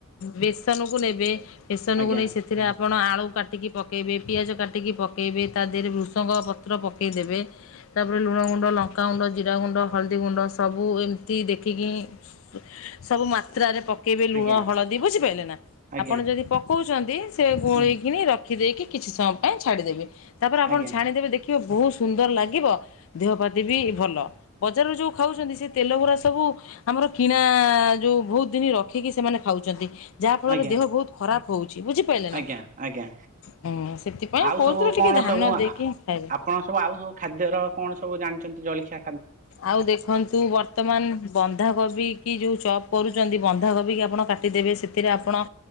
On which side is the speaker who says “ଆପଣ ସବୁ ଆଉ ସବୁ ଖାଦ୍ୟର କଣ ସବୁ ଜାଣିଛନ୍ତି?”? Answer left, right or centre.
Right